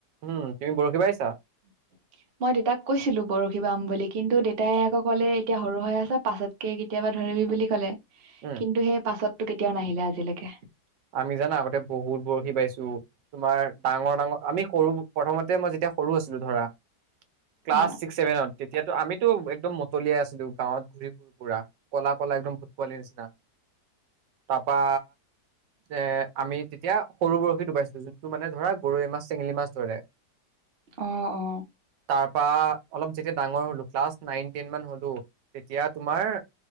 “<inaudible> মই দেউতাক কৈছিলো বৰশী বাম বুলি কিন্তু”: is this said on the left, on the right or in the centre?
Right